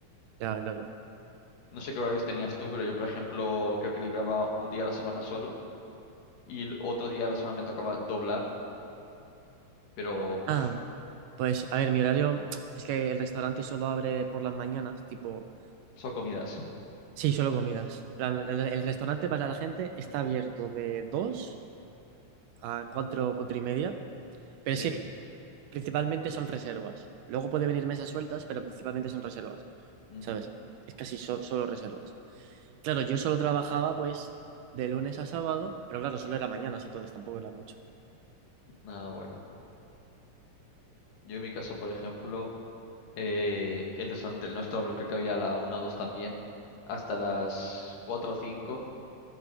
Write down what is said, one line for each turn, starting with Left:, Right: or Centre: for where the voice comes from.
Right: claro, claro.
Left: No sé qué horarios tenías tú, pero yo, por ejemplo, creo que libraba un día a la semana solo y el otro día a la semana me tocaba doblar, pero uf,
Right: Ah, pues a ver, mi horario es que el restaurante solo abre por las mañanas, tipo,
Left: son comidas,
Right: sí, solo comidas. En plan, El, el restaurante para la gente está abierto de 2 a 4, 4 y media, pero
Left: sí.
Right: es que principalmente son reservas. Luego puede venir mesas sueltas, pero principalmente son reservas,
Left: ujú.
Right: ¿sabes? Es casi so- solo reservas. Claro, yo solo trabajaba pues de lunes a sábado, pero claro, solo era mañanas, entonces tampoco era mucho.
Left: Ah, bueno. Yo en mi caso, por ejemplo... eh, el restaurante el nuestro creo que había a la una o 2 también, hasta las 4 o 5